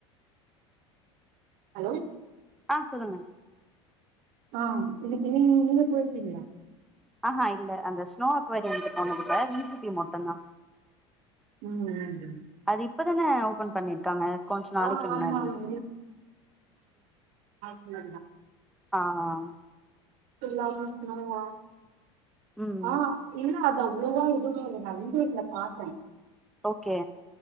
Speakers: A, on the right (about 65°); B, in the centre.
A: ஹலோ
B: ஆஹ் சொல்லுங்க
A: ஆஹ் இன்னிகு நீ இனிய இல்ல
B: ஆஹா இல்ல அந்த ஸ்னோ அக்வரி வந்து போனதுல வீஜிபி மட்டும் ஆமா
A: ம் ம்
B: அது இப்பதான ஓபன் பண்ணிருக்காங்க கொஞ்ச நாளைக்கு
A: ஆ ஆமா
B: முன்னாடி
A: ஆமா நல்ல
B: ஆஹ்
A: வண்டர்லான சும்மோவா
B: ம்
A: ஆஹ் இல்ல அ அவ்வளவுதான் இதுவுமே வந்து இதுல பார்த்தேன்
B: ஓகே